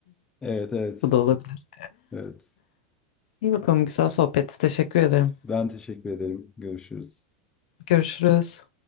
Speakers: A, on the left; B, on the left.
A: Evet evet.
B: <laughs> Bu da olabilir.
A: Evet.
B: İyi bakalım güzel sohbetti. Teşekkür ederim.
A: Ben teşekkür ederim. Görüşürüz.
B: Görüşürüz.